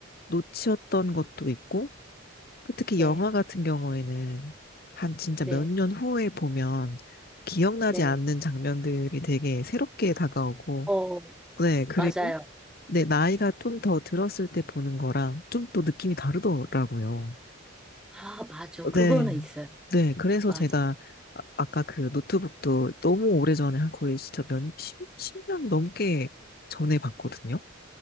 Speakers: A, on the left; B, in the centre.
A: 놓치었던 것도 있고, 그 특히
B: 네,
A: 영화 같은 경우에는 한 진짜
B: 네,
A: 몇 년 후에 보면 기억나지
B: 네.
A: 않는 장면들이 되게 새롭게 다가오고,
B: 어,
A: 네, 그리고
B: 맞아요.
A: 네, 나이가 좀 더 들었을 때 보는 거랑 좀 또 느낌이 다르더라고요.
B: 아, 맞아. 그거는
A: 네.
B: 있어요.
A: 네, 그래서
B: 맞아.
A: 제가 아, 아까 그 노트북도 너무 오래전에 한 거의 진짜 몇, 10, 년 넘게 전에 봤거든요.